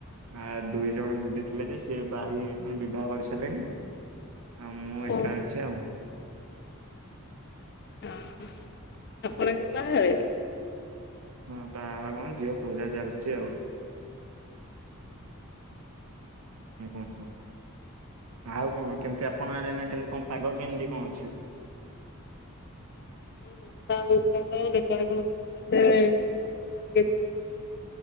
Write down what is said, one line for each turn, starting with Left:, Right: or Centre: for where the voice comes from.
Right: ଆ ଦୁଇ ଜଣ ଦିଦି ଥିଲେ ଯେ ସେ ବାହା ହେଇ ମାନେ ବିବାହ କରିସାରିଲେଣି। ଆଉ ମୁଁ ଏକା
Left: ଓହୋ
Right: ଅଛି ଆଉ।
Left: ଅ ହଁ ଆପଣ କେବେ ବାହା ହେବେ?
Right: ମୁଁ ବାହା ହବା କଣ ଝିଅ ଖୋଜା ଚାଲିଛି ଆଉ। ହୁଁ ଆଉ କଣ କେମିତି ଆପଣ ଆଡ଼େ ଏଇନା କେମିତି କଣ ପାଗ କେମିତି କଣ ଅଛି?
Left: ହଁ ବର୍ଷା ହଉଥିଲା ତ <unintelligible> ନଥିଲା ଏବେ। ବର୍ଷା ଟିକେ ଛାଡିଛି